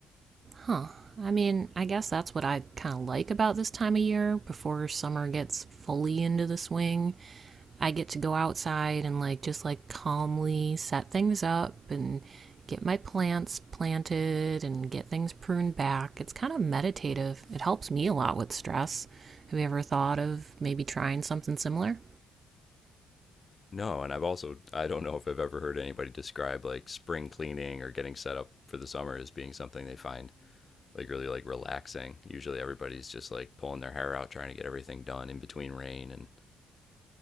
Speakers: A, on the right; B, on the left.
A: Huh. I mean, I guess that's what I kind of like about this time of year before summer gets fully into the swing. I get to go outside and like just like calmly set things up and get my plants planted and get things pruned back. It's kind of meditative. It helps me a lot with stress. Have you ever thought of maybe trying something similar?
B: No, and I've also I don't know if I've ever heard anybody describe like spring cleaning or getting set up for the summer as being something they find like really like relaxing. Usually everybody's just like pulling their hair out trying to get everything done in between rain and